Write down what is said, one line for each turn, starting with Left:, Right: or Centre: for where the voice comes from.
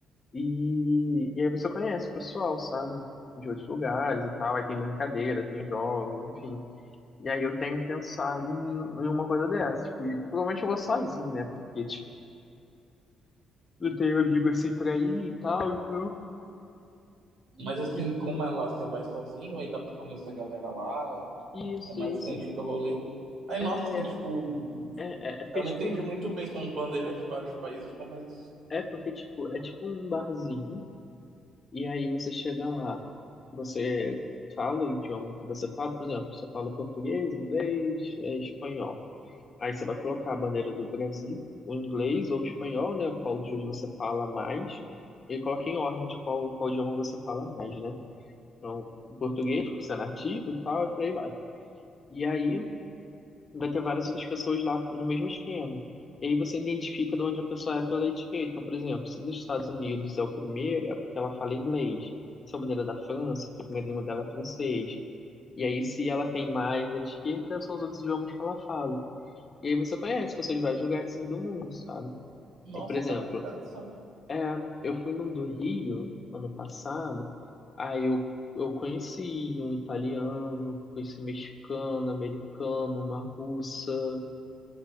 Left: e, e aí você conhece o pessoal, sabe? De outros lugares e tal, aí tem brincadeira, tem jogos, enfim. E aí eu tenho pensado em, em uma coisa dessa, tipo, e provavelmente eu vou sozinho, né, porque, não tenho amigo assim pra ir e tal, então.
Right: Mas, assim,
Left: então,
Right: como é lá, você vai sozinho, aí dá para conhecer a galera lá, é
Left: Isso,
Right: é mais
Left: isso.
Right: o sentido do rolê. Aí, nossa,
Left: É,
Right: assim, tipo,
Left: é, é é porque
Right: Eu
Left: tipo,
Right: não entendi
Left: um-
Right: muito bem, são bandeiras de vários países, como é isso?
Left: é porque tipo, é tipo um barzinho, e aí você chega lá, você fala o idioma que você fala, por exemplo, você fala português, inglês, é, espanhol. Aí você vai colocar a bandeira do Brasil, o inglês ou o espanhol, né? Qual dos dois você fala mais, e coloca em ordem de qual, qual idioma você fala mais, né? Então, português, porque você é nativo e tal, e por aí vai. E aí, vai ter várias outras pessoas lá no mesmo esquema. E aí você identifica de onde a pessoa é pela etiqueta. Então, por exemplo, se dos Estados Unidos é o primeiro, é porque ela fala inglês. Se a bandeira é da França, porque a primeira língua dela é francês. E aí, se ela tem mais etiqueta, são os outros idiomas que ela fala. E aí você conhece pessoas de vários lugares assim, do mundo, sabe?
Right: Nossa,
Left: Eu, por exemplo,
Right: cara, que interessante.
Left: é, eu fui num do Rio ano passado, aí eu, eu conheci um italiano, conheci um mexicano, americano, uma russa,